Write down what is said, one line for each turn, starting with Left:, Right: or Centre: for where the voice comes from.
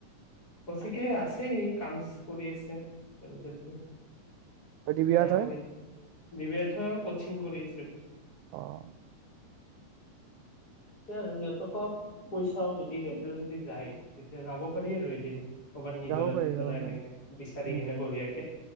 Left: কচিকৈ আছে সি কাম কৰি আছে তাৰপিছত কি
Right: অ দিবিয়াৰ
Left: বেয়া
Right: তই
Left: কৰি দিব এথৈও কোচিং কৰি আছে বুলি
Right: অ <inaudible>
Left: তে আৰু সিহঁতকো পইচাও যদি সিহঁতেও যদি যায় তেতিয়া যাব পাৰি আৰু এদিন ক'ৰবাত নিজৰা
Right: যাব পাৰি
Left: তিজৰা
Right: যাব পাৰি
Left: এনেকে বিচাৰি
Right: উম
Left: কেনে বঢ়িয়াকে